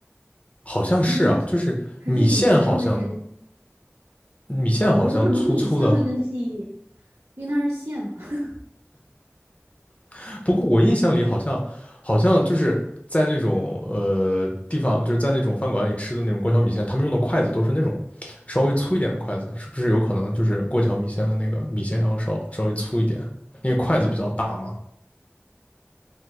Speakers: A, on the left; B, on the right.
A: 好像是啊，
B: 还是米
A: 就是米线好像
B: 还是米线会更？
A: 米线好像粗粗的，
B: 哦，有可能米线会更细一点，因为它是线嘛，<laughs>
A: <laughs> 不过我印象里好像好像就是在那种呃地方，就是在那种饭馆里吃的那种过桥米线，他们用的筷子都是那种稍微粗一点的筷子，是不是有可能就是过桥米线的那个米线要稍稍微粗一点，因为筷子比较大嘛？